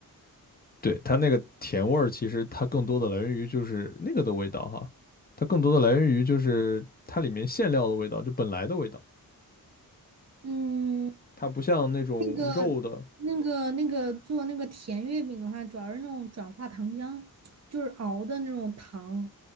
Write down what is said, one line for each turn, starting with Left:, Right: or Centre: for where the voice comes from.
Left: 对，它那个甜味儿，其实它更多的来源于就是那个的味道哈，它更多的来源于就是它里面馅料的味道，就本来的味道，
Right: 嗯，
Left: 它不像那种肉的
Right: 那个、那个、那个做那个甜月饼的话，主要是那种转化糖浆，就是熬的那种糖。